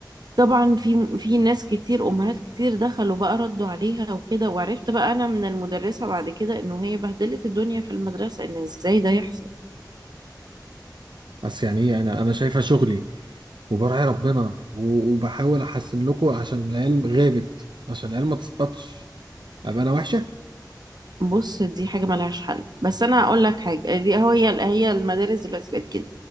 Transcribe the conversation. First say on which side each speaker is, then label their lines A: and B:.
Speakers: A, on the right; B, on the right.
A: طبعا في في ناس كتير امهات كتير دخلوا بقى ردوا عليها وكده وعرفت بقى انا من المدرسة بعد كده انه هي بهدلت الدنيا في المدرسة ان ازاي ده يحصل
B: اصل يعني ايه انا انا شايفه شغلي وبراعي ربنا و- وبحاول احسن لكم عشان العيال غابت عشان العيال ما تسقطش ابقى انا وحشه
A: بص دي حاجة ملهاش حل بس أنا هقول لك حاجة دي هو هي هي المدارس دلوقتي بقت كده